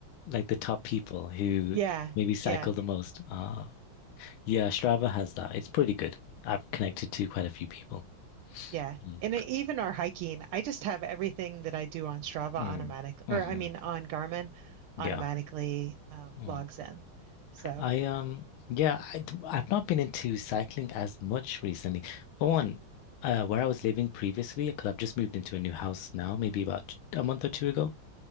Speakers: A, on the left (about 75°); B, on the right (about 80°).
A: like the top people who
B: Yeah.
A: maybe cycle
B: Yeah.
A: the most. Ah, yeah, Strava has that. It's pretty good. I've connected to quite a few people.
B: Yeah.
A: Mm.
B: And e- even our hiking, I just have everything that I do on Strava automatically,
A: Mm. hmm
B: or I mean on Garmin
A: Yeah.
B: automatically um,
A: Mm.
B: logs in. So,
A: I um yeah, I, have not been into cycling as much recently. For one, uh, where I was living previously, because I've just moved into a new house now, maybe about a month or two ago,